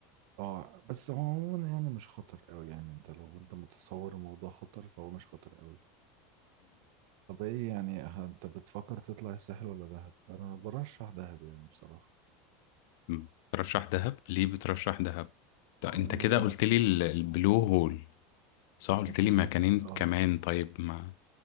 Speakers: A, on the right; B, on the left.
A: اه بس هو عموما يعني مش خطر قوي يعني انت لو انت متصور الموضوع خطر فهو مش خطر قوي طب ايه يعني ه- انت بتفكر تطلع الساحل ولا دهب انا برشح دهب يعني بصراحة
B: مم. ترشح دهب ليه بترشح دهب طب انت
A: لان
B: كده
A: دهب
B: قلت لي ال- البلو هول صح قلت
A: تكلفة
B: لي مكانين
A: اه
B: كمان طيب ما